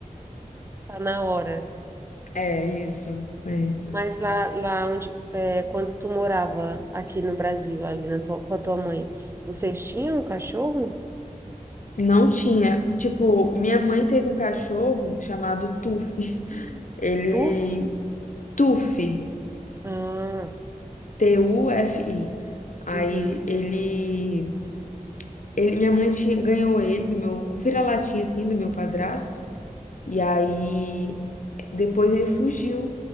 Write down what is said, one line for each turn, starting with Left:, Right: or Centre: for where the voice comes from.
Right: Tá na hora.
Left: É isso, né?
Right: Mas lá, lá onde, é, quando tu morava aqui no Brasil, ali na tua- com a tua mãe, vocês tinham um cachorro?
Left: Não tinha. Tipo, minha mãe teve um cachorro chamado Tufi. Ele.
Right: Turf?
Left: Tufi.
Right: Ah,
Left: T-U-F-I. Aí
Right: uhum,
Left: ele Ele, minha mãe tinha, ganhou ele do meu o vira-latinha assim do meu padrasto. E
Right: sim.
Left: aí depois ele fugiu.